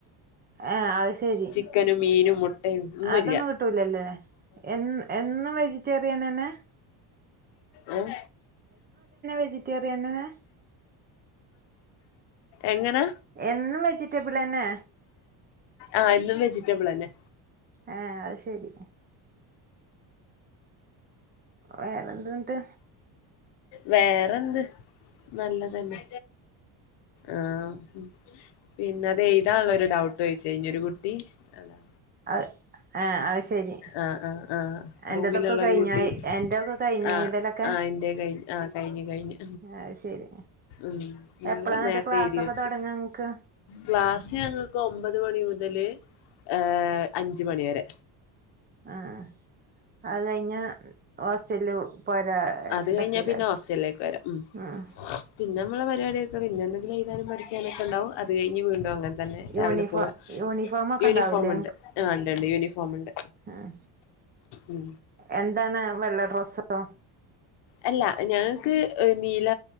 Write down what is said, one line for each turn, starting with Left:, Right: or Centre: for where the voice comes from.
Right: ഏഹ് അത് ശരി
Left: ചിക്കനും മീനും മുട്ടയും ഒന്നുല്ല
Right: അതൊന്നും കിട്ടൂലല്ലേ എ എന്നും വെജിറ്റേറിയൻ തന്നെ
Left: ഉം
Right: വെജിറ്റേറിയനെന്നെ
Left: എങ്ങനെ
Right: എന്നും വെജിറ്റബിള് തന്നെ
Left: ആഹ് എന്നും വെജിറ്റബിള് തന്നെ
Right: ഏഹ് അത് ശരി വേറെ എന്തുണ്ട്
Left: വേറെന്ത് നല്ലതന്നെ ആഹ് പിന്നെത് എഴുതാുള്ളരു ഡൗട്ട് ചോച്ച് ഒരു കുട്ടി അതാ
Right: അയ് ആഹ് അയ് ശരി
Left: ആഹ് ആഹ് ആഹ്
Right: എന്റതൊക്കെ
Left: റൂമിലുള്ളരു
Right: കഴിഞ്ഞോ
Left: കുട്ടി
Right: എന്റെതൊക്കെ കഴിഞ്ഞോ
Left: ആഹ്
Right: എഴുതലൊക്കെ
Left: ആഹ് എന്റെ ക ആഹ് കഴിഞ്ഞു കഴിഞ്ഞു
Right: അത് ശരി
Left: ഉം ഞാൻ
Right: എപ്പളാന്നിട്ട്
Left: നേരത്തെ
Right: ക്ലാസ്സൊക്കെ
Left: എഴുതി വെച്ച്
Right: തൊടങ്ങാ ഇങ്ങക്ക്
Left: ക്ലാസ് ഞങ്ങൾക്ക് ഒമ്പത് മണി മുതല് ഏഹ് അഞ്ച് മണി വരെ
Right: ആഹ് അത് കഴിഞ്ഞ ഹോസ്റ്റലില് പോരാ
Left: അത് കഴിഞ്ഞാ
Right: പറ്റീതാ
Left: പിന്നെ ഹോസ്റ്റലിലേക്ക് വരാം ഉം
Right: ആഹ്
Left: പിന്നെ നമ്മളെ പാടിയൊക്കെ പിന്നെ എന്തെങ്കിലും എഴുതാനും പഠിക്കാനൊക്കെ ഉണ്ടാവും അത് കഴിഞ്ഞ് വീണ്ടും അങ്ങനെ തന്നെ രാവിലെ
Right: യൂണിഫോം
Left: പോവുക
Right: യൂണിഫോം ഒക്കെ
Left: യൂണിഫോമുണ്ട്
Right: ഉണ്ടാവൂലേ
Left: ആഹ് ഇണ്ട് ഇണ്ട് യൂണിഫോമ് ഇണ്ട്
Right: ആഹ്
Left: ഉം
Right: എന്താണ് വെള്ള ഡ്രസ്സോ
Left: അല്ല ഞങ്ങൾക്ക് നീല